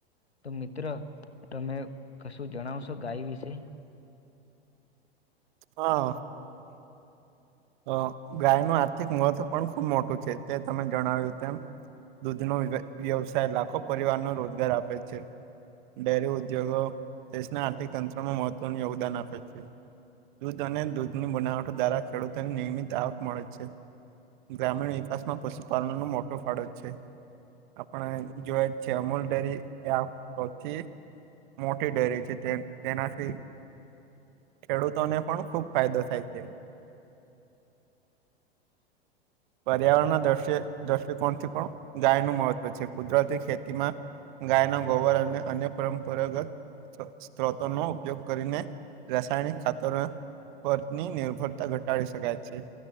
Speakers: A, on the left; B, on the right.
A: તો મિત્ર તમે કશું જણાવશો ગાય વિશે?
B: હા. અ ગાયનું આર્થિક મહત્વ પણ ખુબ મોટું છે તે તમે જણાવ્યું તેમ. દૂધ નો વ્ય વ્યવસાય લાખો પરિવાર નો રોજગાર આપે છે. ડેરી ઉદ્યોગો દેશના આર્થિક તંત્રમાં મહત્વનું યોગદાન આપે છે. દૂધ અને દૂધની બનાવટો દ્વારા ખેડૂતોને નિયમિત આવક મળે છે. ગ્રામીણ વિકાસમાં પશુપાલન નો મોટો ફાળો છે. આપણે જોયા જ છે અમૂલ ડેરી એ આ પરથી. મોટી ડેરી છે તેમ તેનાથી. ખેડૂતોને પણ ખુબ ફાયદો થાય છે. પર્યાવરણના દ્રશ્ય દ્રષ્ટિકોણથી પણ ગાયનું મહત્વ છે કુદરતી ખેતીમાં. ગાયના ગોબર અને અન્ય પરંપરગત. સ્ત્રોતો નો ઉપયોગ કરીને રાસાયણિક ખાતર. પરની નિર્ભરતા ઘટાડી શકાય છે.